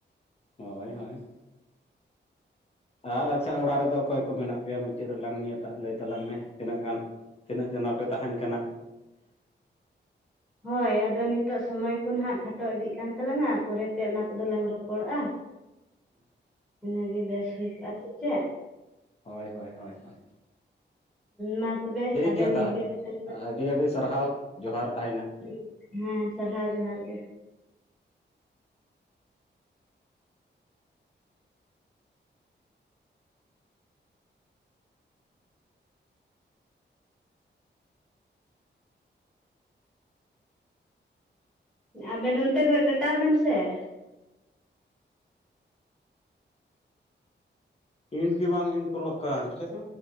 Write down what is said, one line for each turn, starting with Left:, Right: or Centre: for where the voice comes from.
Left: ᱦᱳᱭ ᱦᱳᱭ ᱾ ᱟᱨ ᱟᱪᱪᱷᱟ ᱚᱲᱟᱜ ᱨᱮᱫᱚ ᱚᱠᱚᱭ ᱠᱚ ᱢᱮᱱᱟᱜ ᱯᱮᱭᱟ ᱢᱩᱪᱟᱹᱫ ᱨᱮᱞᱟᱝ ᱱᱤᱭᱟᱹᱴᱟᱜ ᱞᱟᱹᱭ ᱛᱟᱞᱟᱝ ᱢᱮ, ᱛᱤᱱᱟᱹᱜ ᱜᱟᱱ ᱛᱤᱱᱟᱹᱜ ᱡᱚᱱᱟ ᱯᱮ ᱛᱟᱦᱮᱱ ᱠᱟᱱᱟ? <inaudible>
Centre: ᱦᱳᱭ ᱟᱫᱚ ᱱᱤᱛᱚᱜ ᱥᱚᱢᱚᱭ ᱠᱚ ᱱᱟᱦᱟᱜ ᱠᱷᱟᱴᱚ ᱤᱫᱤᱜ ᱠᱟᱱ ᱛᱟᱞᱟᱝᱼᱟ ᱯᱚᱨᱮᱛᱮ ᱚᱱᱟ ᱠᱚᱫᱚ ᱞᱟᱝ ᱨᱚᱯᱚᱲᱚᱜᱼᱟ ᱾
Left: <inaudible>
Centre: ᱤᱱᱟᱹᱜᱮ ᱵᱮᱥ ᱦᱩᱭ ᱠᱚᱜᱼᱟ ᱥᱮ ᱪᱮᱫ?
Left: ᱦᱳᱭ ᱦᱳᱭ ᱦᱳᱭ ᱦᱳᱭ ᱾
Centre: ᱢᱟ ᱛᱚᱵᱮ ᱟᱵᱮᱱ
Left: ᱜᱮᱭᱟ ᱛᱟᱦᱚᱞᱮ
Centre: ᱜᱮ ᱚᱱᱛᱮ ᱠᱷᱚᱡ
Left: ᱟᱹᱰᱤ ᱟᱹᱰᱤ ᱥᱟᱨᱦᱟᱣ
Centre: <inaudible>
Left: ᱡᱚᱦᱟᱨ ᱛᱟᱦᱮᱱᱟ
Centre: ᱦᱮᱸ, ᱥᱟᱨᱦᱟᱣ ᱡᱚᱦᱟᱨ ᱜᱮ ᱾ ᱟᱵᱮᱱ ᱚᱱᱛᱮ ᱠᱷᱚᱡ ᱠᱟᱴᱟᱣ ᱵᱮᱱ ᱥᱮ ᱾
Left: ᱤᱱᱴ ᱜᱮ ᱵᱟᱝ ᱤᱱᱴ ᱠᱚᱞᱚᱜ ᱠᱟᱱ ᱪᱤᱠᱟ ᱪᱚ!